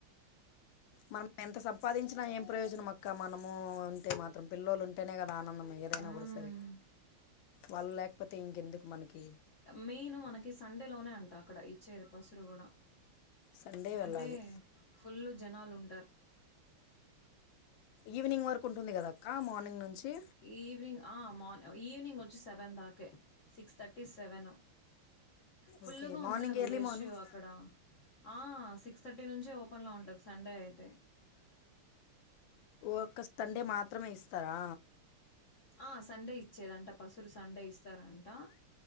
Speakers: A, on the left; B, on the left.
A: మనం ఎంత సంపాదించినా ఏం ప్రయోజనం అక్క మనము ఉంటే మాత్రం పిల్లలు ఉంటేనే కదా ఆనందం ఏదైనా
B: హ్మ్.
A: గూడా సరే వాళ్ళు లేకపోతే ఇంకెందుకు మనకి
B: మెను మనకి సండే లోనే అంటా అక్కడ ఇచ్చేది బస్సులు కూడా
A: సండే వెళ్ళాలి
B: అంటే ఫుల్ జనాలు ఉం
A: ఈవినింగ్ వరకు ఉంటుంది కదక్క మార్నింగ్ నుంచి
B: ఈవినింగ్ ఆ మార్ ఈవినింగ్ వచ్చి సెవెన్ దాకే సిక్స్ థర్టీ సెవెను ఫుల్లుగా
A: ఓకే మార్నింగ్
B: ఉంటారు
A: ఎర్లీ
B: రేష్యో
A: మార్నింగ్
B: అక్కడ ఆ సిక్స్ థర్టీ నుంచే ఓపెన్లో ఉంటాది సండే అయితే
A: ఒక్క సండే మాత్రమే ఇస్తారా
B: ఆ సండే ఇచ్చేది అంట పసురు సండే ఇస్తారంట